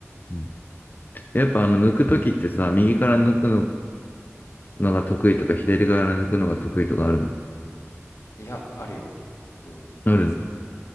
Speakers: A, on the left (about 40°); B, on the left (about 80°).
A: うん。やっぱあの、抜くときってさ、右から抜くの、が得意とか、左から抜くのが得意とかあるの
B: いやあるようんそれは
A: あるん